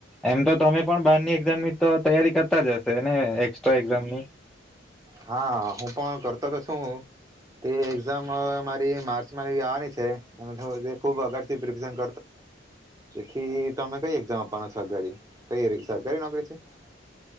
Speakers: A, in the centre; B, on the right.
A: એમ તો તમે પણ બારની એગ્ઝામની તો તૈયારી કરતા જ હશે ને એસ્ટ્રા એઝામની
B: હા હું પણ કરતો તો છું તે એક્ઝામ મારી માર્ચમાં આવની છે અને તે ખુબ અગર પ્રિપરેશન કરી નાખવી છે